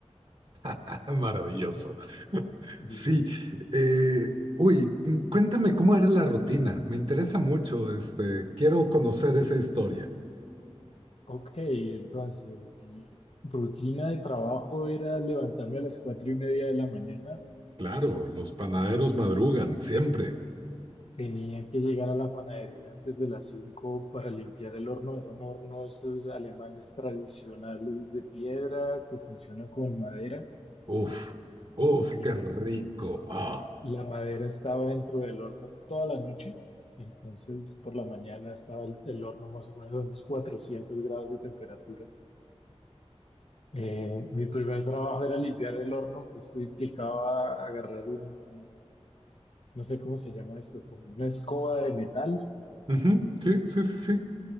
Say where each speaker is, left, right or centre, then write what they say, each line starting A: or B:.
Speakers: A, on the right (about 55°); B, on the left (about 65°).
A: <laughs> maravilloso.
B: eh, y
A: Sí, eh, uy, mm, cuéntame cómo era la rutina. Me interesa mucho, este, quiero conocer esa historia.
B: Ok, entonces mi rutina de trabajo era levantarme a las cuatro y media de la mañana.
A: Claro, los panaderos madrugan siempre.
B: Tenía que llegar a la panadería antes de las cinco para limpiar el horno. Era un horno de esos alemanes tradicionales de piedra que funciona con madera.
A: Uf, uf,
B: Eh,
A: qué rico. Ah.
B: la madera estaba dentro del horno toda la noche. Entonces, por la mañana estaba el, el horno más o menos a unos 400 grados de temperatura. Eh, mi primer trabajo era limpiar el horno. Esto implicaba agarrar un, no sé cómo se llama esto, como una escoba de metal,
A: Ujú, sí, sí, sí, sí.